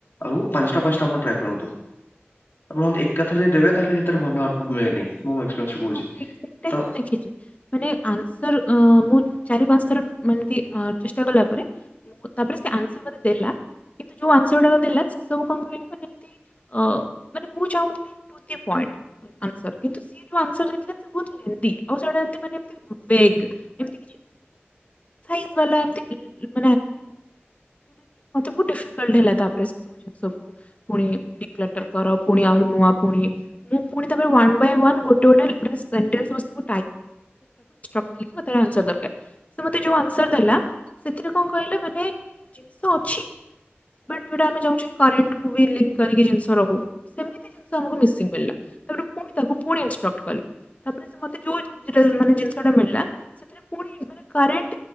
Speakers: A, on the left (about 60°); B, on the left (about 35°).
A: ଆଉ ପାଞ୍ଚଟା ପାଞ୍ଚଟା ଆପଣ ଟ୍ରାଏ କର ରନ୍ତୁ। ଆପଣ ଯଦି ଏକାଥରେ ଯଦି ଦେବେ ତାହେଲେ ସେଥିରେ ଭଲ ଆଉଟପୁଟ ମିଳେନି। ମୋ ଏକ୍ସପିରିଏନସ୍ ରୁ କହୁଛି,
B: ହଁ ସେଇ ସେଇଟା
A: ତ
B: ହିଁ ମୁଁ ଦେଖିଛି। ମାନେ ଆନ୍ସର ଅଁ, ମୁଁ ଚାରି ପାଞ୍ଚ ଥର ମାନେ ଏମତି ଚେଷ୍ଟା କଲା ପରେ ତାପରେ ସେ ଆନ୍ସର ମୋତେ ଦେଲା କିନ୍ତୁ ଯୋଉ ଆନ୍ସର ଗୁଡାକ ଦେଲା ସେ ସବୁ କଣ କହିଲେ ମାନେ ଅ ମାନେ ମୁଁ ଚାହୁଁଥିଲି ଗୋଟିଏ ପଇଣ୍ଟ ଆନ୍ସର୍। କିନ୍ତୁ ସିଏ ଯୋଉ ଆନସର୍ ଦେଇଥିଲା ବହୁତ୍ ଲେନ୍ଦି ଆଉ ସେଗୁଡ଼ାକ ଏମିତି ମାନେ ଫେକ ଯେମତି ବାଲା ଏମତି <unintelligible> ବହୁତ ଡିଫିକଲ୍ଟ ହେଲା ତାପରେ ସେ ସବୁ ଜିନିଷକୁ ପୁଣି ହେଲ୍ପରର ପୁଣି ଆହୁରି ନୂଆ ପୁଣି ମୁଁ ପୁଣି ତାପରେ ୱାନ ବାଏ ୱାନ ଗୋଟେ ଗୋଟେ ଲ ମାନେ ସି <unintelligible> ତାର ଆନ୍ସର୍ ଦରକାର। ମତେ ଯୋଉ ଆନ୍ସର୍ ଦେଲା, ସେଥିରେ କଣ କହିଲେ ମାନେ ଜିନିଷ ଅଛି ବଟ ଯୋଉଟା ଆମେ ଚାହୁଁଛେ କି କରେଣ୍ଟକୁ ବି ଲିଙ୍କ କରିକି ଜିନିଷ ରହୁ, ସେମିତି ଜିନିଷ ଆମକୁ ମିଶିଂ ମିଳିଲା। ତେଣୁ ପୁଣି ତାକୁ ପୁଣି ଇନଷ୍ଟ୍ରକ୍ଟ କଲି। ତାପରେ ମତେ ଯୋଉ ଜିନିଷଟା ମାନେ ଜିନିଷଟା ମିଳିଲା ସେଥିରେ ପୁଣି କରେଣ୍ଟ